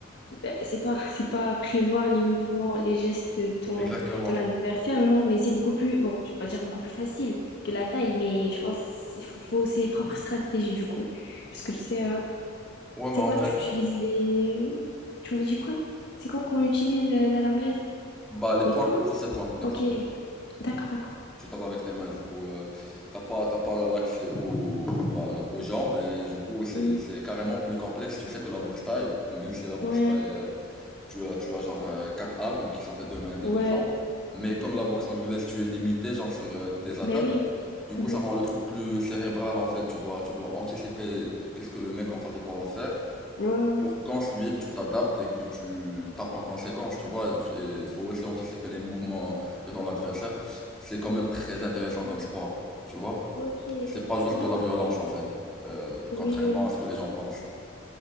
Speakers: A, on the left (about 55°); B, in the centre.
A: Ben, c'est pas, <laughs> c'est pas prévoir les mouvements, les gestes de ton,
B: Exactement.
A: ton adversaire, non, mais c'est beaucoup plus, bon, je vais pas dire beaucoup plus facile que la taille, mais je pense qu'il faut, faut ses propres stratégies, du coup. Parce que tu sais, euh,
B: Ouais, mais
A: c'est
B: en
A: quoi,
B: fait,
A: tu utilises les... Tu m'avais dit quoi? C'est quoi qu'on utilise euh, dans l'anglaise?
B: bah les points,
A: Les points?
B: juste les points, les
A: Ok,
B: points.
A: d'accord, d'accord.
B: Tu tapes avec tes mains, du coup, euh, t'as pas, t'as pas l'accès aux, bah, aux jambes et du coup, c'est,
A: Hmm,
B: c'est carrément plus complexe, tu sais, que la boxe thaï. Même si la boxe
A: Ouais,
B: thaï, euh, tu as, tu as genre euh, quatre armes qui sont tes deux mains et tes
A: ouais,
B: deux jambes. Mais comme la boxe anglaise, tu es limité, genre, sur euh, tes attaques.
A: ben oui.
B: Du coup,
A: Mhm.
B: ça rend le truc plus cérébral, en fait. Tu dois, tu dois anticiper qu'est-ce que le mec en face de toi va faire
A: Ouais, ouais, ouais.
B: pour qu'ensuite tu t'adaptes et que tu tapes en conséquence, tu vois. Et Il faut aussi anticiper les mouvements de ton adversaire. C'est quand même très intéressant
A: d'accord.
B: comme sport, tu vois.
A: Ok,
B: C'est pas juste
A: d'accord.
B: de la violence en fait, euh,
A: Oui,
B: contrairement
A: oui, oui.
B: à ce que les gens pensent.